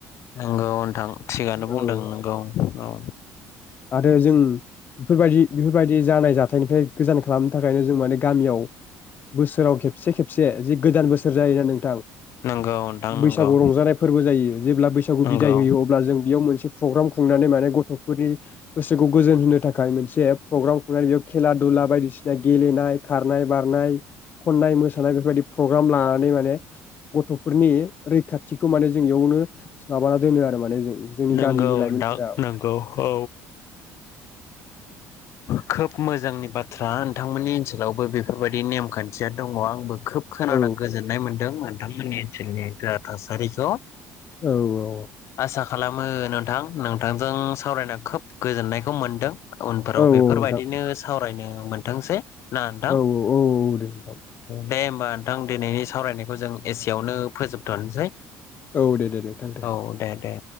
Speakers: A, on the left (about 55°); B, on the left (about 35°).
A: नोंगौ नोंथां थिगानो बुंदों
B: औ
A: नोंगौ औ।
B: आरो जों बेफोरबायदि बेफोरबायदि जानाय जाथायनिफ्राय गोजान खालामनो थाखायनो जों माने गामियाव बोसोराव खेबसे खेबसे जि गोदान बोसोर जायोना नोंथां
A: नंगौ नोंथां
B: बैसागु
A: नंगौ
B: रंजानाय फोरबो जायो जेब्ला बैसागु
A: नंगौ
B: बिदाय होयो अब्ला जों बेयाव मोनसे प्रग्राम खुंनानै माने गथ'फोरनि गोसोखौ गोजोन होनो थाखाय मोनसे प्रग्राम खुंनाय बेयाव खेला दुला बायदिसिना गेलेनाय खारनाय बारनाय खननाय मोसानाय बेफोरबायदि प्रग्राम लानानै माने गथ'फोरनि रैखाथिखौ माने जों बेयावनो माबाना दोनो आरो माने जों। जोंनि
A: नोंगौ
B: गामिनि लाइमोनफोरा
A: नोंथां नोंगौ औ। खोब मोजांनि बाथ्रा नोंथांमोननि ओनसोलावबो बेफोरबायदि नेमखान्थिया दङ आंबो खोब खोनाना
B: औ
A: गोजोननाय मोन्दों नोंथांमोननि ओनसोलनि जा थासारिखौ।
B: औ औ।
A: आसा खालामो नोंथां नोंथांजों सावरायना खोब गोजोननायखौ मोन्दों। उनफोराव
B: औ
A: बेफोरबायदिनो
B: नोंथां
A: सावरायनो मोनथोंसै। ना नोंथां
B: औ औ औ दे नोंथां
A: दे ओमबा होमबा नोंथां दिनैनि सावरायनायखौ जों एसेयावनो फोजोबथ'नोसै
B: औ दे-दे नोंथां दे
A: औ दे